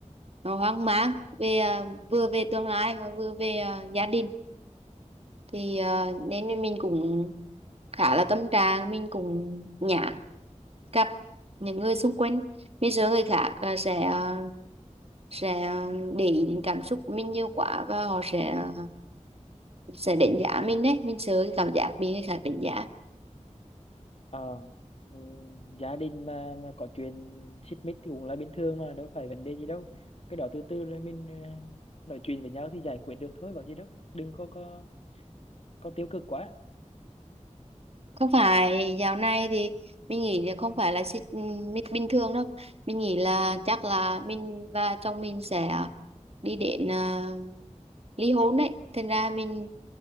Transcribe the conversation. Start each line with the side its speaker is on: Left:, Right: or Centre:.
Right: hoang mang về ờ, vừa về tương lai mà vừa về ờ, gia đình thì ờ, nên mình cũng khá là tâm trạng mình cũng nhả gặp những người xung quanh bây giờ người khác ờ, sẽ ờ, sẽ ờ, để ý đến cảm xúc của mình nhiều quá và họ sẽ ờ, sẽ đánh giá mình đấy mình sợ cái cảm giác bị người khác đánh giá
Left: Ờ, ừ, gia đình mà mà có chuyện xích mích thì cũng là bình thường mà, đâu phải vấn đề gì đâu. Cái đó từ từ rồi mình ờ, nói chuyện với nhau thì giải quyết được thôi, có gì đâu. Đừng có có có tiêu cực quá.
Right: không phải dạo này thì mình nghĩ là không phải là xích mít bình thường đâu mình nghĩ là chắc là mình và chồng mình sẽ đi đến à, ly hôn đấy thành ra mình